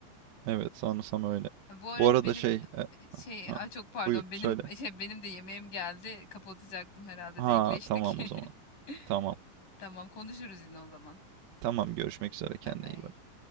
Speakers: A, on the right (about 80°); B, on the left (about 60°).
A: Evet, sanırsam öyle.
B: Bu arada
A: Bu arada
B: benim
A: şey, e,
B: e, şey
A: ha,
B: ay çok pardon
A: buyur
B: benim
A: söyle.
B: <laughs> şey benim de yemeğim geldi. Kapatacaktım herhalde
A: Ha,
B: denkleştik.
A: tamam o zaman.
B: <laughs>
A: Tamam.
B: Tamam konuşuruz yine o zaman.
A: Tamam görüşmek üzere kendine
B: Bay bay.
A: iyi bak.